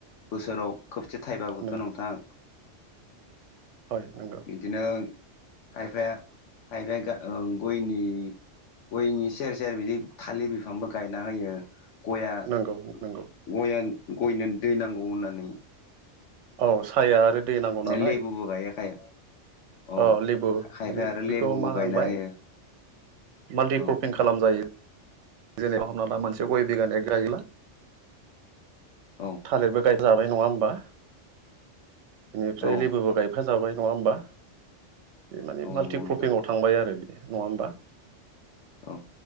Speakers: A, on the left; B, on the right.
A: बोसोराव खबसे थाइबाबोथ'
B: नों
A: नोंथां
B: नंगौ
A: बिदिनो खायफाया खायफाया गयनि गयनि सेर सेर बिदि थालिर बिफांबो गायना होयो गया
B: नंगौ
A: <unintelligible>
B: नंगौ
A: गयनो दै नांगौ होननानै
B: औ साया आरो दै नांगौ
A: दा
B: नालाय
A: लेबुबो गायो खाय औ
B: अ लेबु
A: खायफाया
B: माने
A: आरो
B: बेखौ
A: लेबुबो
B: मा
A: गायना
B: होनबाय
A: होयो
B: माल्टिक्रपिं
A: औ
B: खालामजायो जेनेबा हमना ला मोनसे गय बिगान गायोला
A: औ
B: थालिरबो गाय जाबाय नङा होमबा बिनिफ्राय
A: औ
B: लेबोबो गायफा जाबाय नङा होमबा बे माने
A: औ
B: माल्टिक्रपिंआव
A: नंगौ नोंथां
B: थांबाय आरो बे नङा होमबा
A: औ